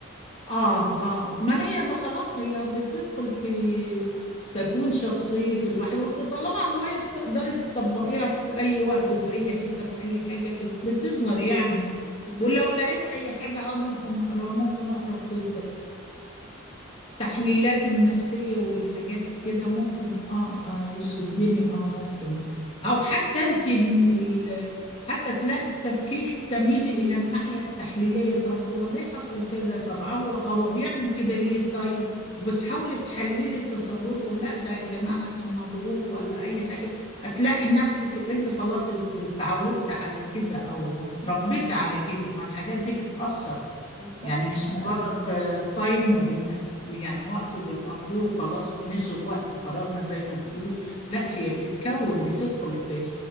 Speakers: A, on the left (about 25°); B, on the right (about 20°).
A: اه اه ما هي ب- خلاص هي بتدخل في تكوين شخصية الواحد وط- طالما هواية بتقدري تطبقيها في أي وقت في أي حتة في أي حاجة بت- بتظهر يعني
B: بز-
A: ولو لقيت أي حاجة اه ممكن أقرأ ممكن أقرأ في التحليلات النفسية والحاجات كده ممكن اه, آه يشدني اه ممكن او حتى انت ال... ال... حتى تلاقي في تفكيرك تميلي الى الناحية التحليلية طب هو ليه حصل كذا طب هو هو بيعمل كده ليه طيب وبتحاولي تحللي تصرفه لا ده يا جماعة مثلا مضغوط ولا اي حاجة هتلاقي نفسك انت خلاص ات- اتعودت على كده او اتربيت على كده ما الحاجات دي بتأثر
B: بالظبط
A: يعني مش مجرد
B: ده-
A: ب- تايم وبن يعني وقت وبنقضيه وخلاص وبنشغل وقت فراغنا زي ما بيقولوا لا هي بتكون بتدخل في